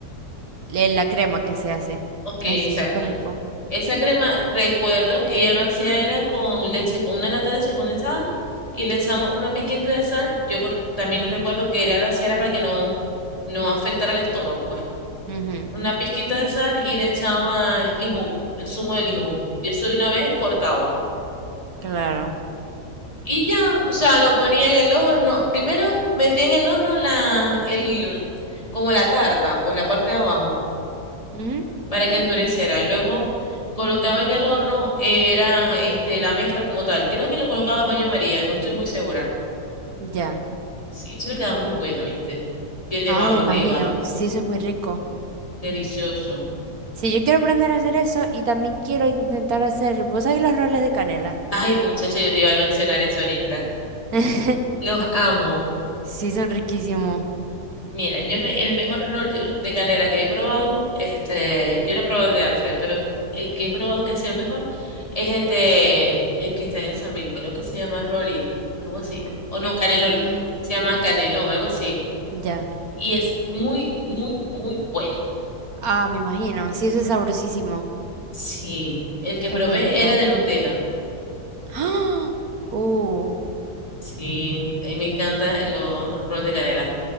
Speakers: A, on the right (about 65°); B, on the left (about 20°).
A: le- la crema que se hace.
B: Ok, exacto.
A: Ay, sí, es súper rico.
B: Esa crema, recuerdo que ella lo hacía era con leche, con una lata de leche condensada y le echaba una pizquita de sal. Yo cor- también recuerdo que era lo hacía era para que no, no afectara el estómago, pues.
A: Ujú,
B: una pizquita de sal y le echaba limón, el zumo de limón. Y eso de una vez cortaba.
A: Claro.
B: Y ya, o sea, lo ponía en el horno. Primero metía en el horno la, el, como la tarta, pues la parte de abajo,
A: Ujú,
B: para que endureciera. Y luego colocaba en el horno, era este, la mezcla como tal. Creo que lo colocaba en baño María, no estoy muy segura.
A: Ya.
B: Sí, eso le queda muy bueno, ¿viste? Bien nevado
A: Ah, me imagino.
B: arriba,
A: Sí, eso es muy rico.
B: delicioso.
A: Sí, yo quiero aprender a hacer eso y también quiero intentar hacer, ¿vos sabés los roles de canela?
B: Ay, muchacha, yo te iba a mencionar eso ahorita.
A: <laughs>
B: Los amo.
A: Sí, son riquísimos.
B: Mira, yo me, el mejor rol yo- de canela que he probado, este, yo no he probado el de Alfred, pero el que he probado que ha sido el mejor es el de el que está en el Sambil, creo que se llama Rolly, algo así. O no, Caneloli,
A: Mm,
B: se llama Canelón, algo así.
A: ya.
B: Y es muy, muy, muy bueno.
A: Ah, me imagino. Sí, eso es sabrosísimo.
B: Sí, el que
A: Es
B: probé
A: muy rico.
B: era de Nutella.
A: ¡Ah! Uh,
B: Sí, a mí me encanta los rol de canela.